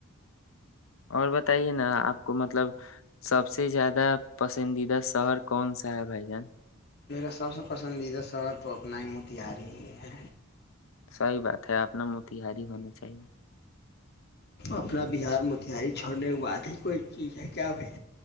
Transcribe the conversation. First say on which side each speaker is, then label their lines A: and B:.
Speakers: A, on the left; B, on the left.
A: اور بتائیے نا آپ کو مطلب سب سے سے زیادہ پسندیدہ شہر کون سا ہے بھائی جان
B: میرا سب سے پسندیدہ شہر تو اپنا ہی موتہاری ہی ہے
A: صحیح بات ہے آپ ن موتیہاری ہونا چاہیے
B: اپنا بہار متھیاری چھوڑنے کی بات ہے کوئی چیز ہے کیا بھائی